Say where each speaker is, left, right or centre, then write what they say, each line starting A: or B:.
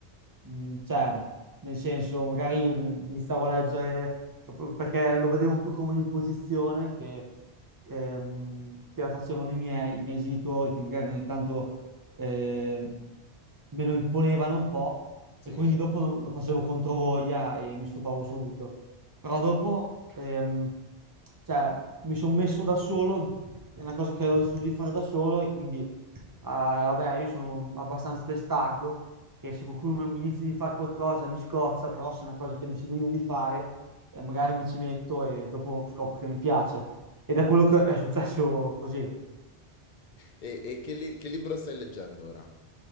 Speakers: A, on the right; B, on the left.
A: mh, cioè, nel senso, magari iniziavo a leggere perché lo vedevo più come un'imposizione che, ehm, che la facevano i miei, i miei genitori, che magari ogni tanto ehm, me lo imponevano un po'
B: sì.
A: e quindi dopo lo facevo controvoglia e mi stufavo subito. Però
B: Che-
A: dopo, ehm, cioè, mi sono messo da solo, è una cosa che ho deciso di fare da solo e quindi, eh, vabbè, io sono abbastanza testardo, che se qualcuno mi dice di fare qualcosa mi scoccia, però se è una cosa che decido io di fare, eh, magari mi ci metto e dopo scopro che mi piace. Ed è quello che è successo così.
B: E, e che, li- che libro stai leggendo ora?